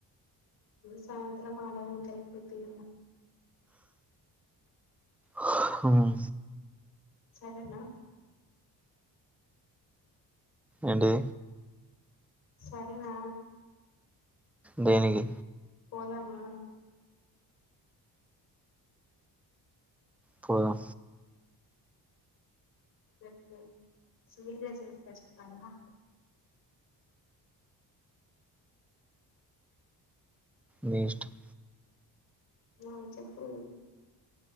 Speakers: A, on the left; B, in the centre.
A: సాయంత్రం ఆడ ఊతాయి కొద్ది ఇంగ
B: అం
A: సరేనా
B: ఏంటిది
A: సరేనా
B: దేనికి
A: పోదమా
B: పోదమా
A: చెప్పే సివిల్ డ్రెస్ వేసుకొచ్చుకుంటున్నావా
B: మీ ఇష్టం
A: నా చెప్పు